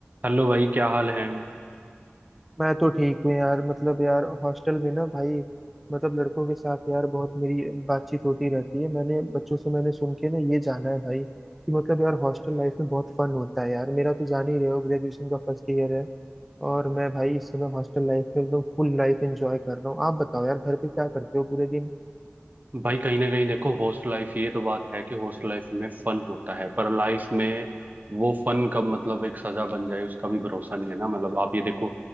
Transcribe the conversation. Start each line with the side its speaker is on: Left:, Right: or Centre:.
Right: Hello भाई क्या हाल है
Centre: मैं तो ठीक हूँ यार मतलब यार हॉस्टल में ना भाई मतलब लड़कों के साथ यार बहुत मेरी बातचीत होती रहती है मैंने बच्चों से मैंने सुन के ना ये जाना है भाई कि मतलब यार हॉस्टल लाइफ में बहुत फन होता है यार मेरा तो जान ही रहे हो ग्रेजुएशन का फर्स्ट ईयर है और मैं भाई इस समय हॉस्टल लाइफ में एकदम फुल लाइफ एंजॉय कर रहा हूँ आप बताओ यार घर पे क्या करते हो पूरे दिन
Right: भाई कहीं ना कहीं देखो हॉस्टल लाइफ ये तो बात है कि हॉस्टल लाइफ में फन होता है पर लाइफ में वो फन कब मतलब एक सजा बन जाए उसका भी भरोसा नहीं है ना मतलब आप ये देखो